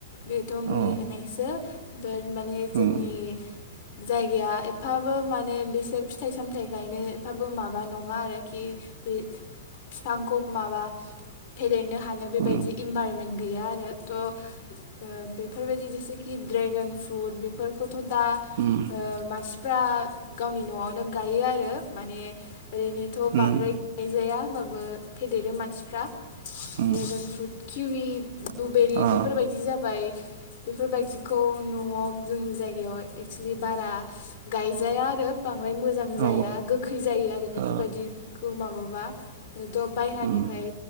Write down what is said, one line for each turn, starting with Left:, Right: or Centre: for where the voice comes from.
Left: बेथ
Right: अ
Left: मुलि होनायसो बे माने जोंनि
Right: उम
Left: जायगाया एफाबो माने बिसोर फिथाइ सामथाइ गायनोफ्राबो माबा नङा आरोखि बे फिफांखौ माबा फेदेरनो हानो बेबायदि
Right: उम
Left: इनभाररमेन्ट गैया आरो त ओ बेफोरबायदि जेसेखि ड्रेगन फ्रुट बेफोरखौथ दा ओ
Right: उम
Left: मानसि फ्रा गावनि नआवनो गायो आरो माने ओरैनोथ बांद्राय
Right: उम
Left: गायजाया होमबाबो फेदेरो मानसिफ्रा
Right: उम
Left: ड्रेगन फ्रुट किउवि ब्लुबेरि
Right: अ
Left: बेफोर बायदि जाबाय बेफोर बायदिखौ नआव जोंनि जायगायाव एक्सलि बारा गायजाया <unintelligible> बांद्राय मोजां
Right: औ
Left: जाया गोखै जायो आरो बेफोर
Right: ओ
Left: बायदिखौ माबाबा थ बायरानिफ्राय
Right: उम